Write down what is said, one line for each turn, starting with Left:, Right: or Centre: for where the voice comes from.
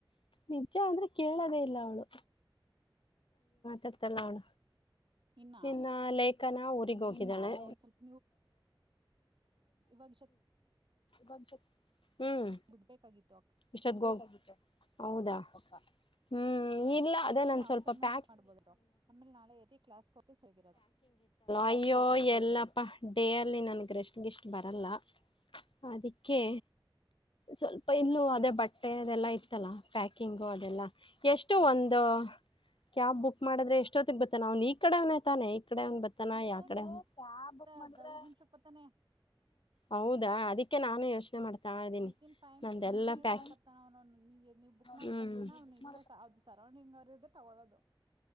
Left: ನಿಜ ಅಂದ್ರೆ ಕೇಳದೇ ಇಲ್ಲ ಅವಳು ಚತ್ತ ಲಣ
Right: ಇನ್ನು ನಾಳೆ
Left: ಇನ್ನ ಲೇಖನ ಊಗ್ ಹೋಗಿದ್ದಾಳೆ
Right: ನೀವ್ ಇವತ್ ಹೋಗಿ ಸ್ವಲ್ಪ ಭಷ
Left: ಬಂಚ ಹ್ಮ್
Right: ಬಿಡ್ಬೇಕಾಗಿತ್ತು ಅಕ್ಕ
Left: ಇಶತ್ಗ ಹೌದಾ ಹ್ಮ್ ಇಲ್ಲ ಅದೇ
Right: ಹೋಗಿ
Left: ನ ಸ್ವಲ್ಪಂಗಗ್
Right: ಆಫ್ಟರ್ನೂನ್ ಮಾಡ್ಬೋದಿತ್ತು ಆಮೇಲೆ ನಾಳೆ ಎದಿ ಕ್ಲಾಸ್ಗೆ ಹೋಗಕೆ ಸರಿಯಾಗಿರೋದು
Left: ಅಯ್ಯೋ ಎಲ್ಲಪ್ಪ ಡೇರ್ ಲ್ಲಿ ನನ್ಗೆ ರಷ್ಟಿಷ್ಟ ಬರಲ್ಲ ಅದಕ್ಕೆ ಸ್ವಲ್ಪ ಇನ್ನುಅದೇ ಬಟ್ಟೆ ಅದೆಲ್ಲಾ ಇತ್ತಲ್ಲ ಪ್ಯಾಕಿಂಗು ಅದೆಲ್ಲಾ ಎಷ್ಟ ಎಷ್ಟು ಒಂದು ಕ್ಯಾಬ್ ಬುಕ್ ಮಾಡಿದ್ರೆ ಎಷ್ಟೊತ್ತಿಗೆ ಬತ್ತೆ ನಾನ್ ಈ ಕಡೆವನೇ ತಾನೆ
Right: ಏ
Left: ಯಾಕಡೆ ಕ್ಯಾಬ್ ಬುಕ್ ಮಾಡಿದ್ರೆ
Right: ಅದ್ ಐದ್ ನಿಮಿಷ ಬತ್ತಾನೆ
Left: ಹೌದಾ ಅದೆ ನಾನು ಯೋಚನೆ ಮಾಡ್ತಾ ಇದ್ದೀನಿ
Right: ವಿತಿನ್ ಫೈವ್ ಟು
Left: ನಲ್ಲ
Right: ಟೆನ್ ಮಿನಿಟ್ಸ್
Left: ಪ್ಯಾ
Right: ಎಲ್ಲ ಬರ್ತಾನ ಅವನು ನೀವ್ ನೀವ್ ಬುಕ್ ಮಾಡೋ
Left: ಹ್ಮ
Right: ತಕ್ಷಣ ಅವ್ನು ಇಲ್ಲೇ ಅದು ಸರೌಂಡಿಂಗ್ ಅವರಿಗೆ ತಗೊಳ್ಳೋದು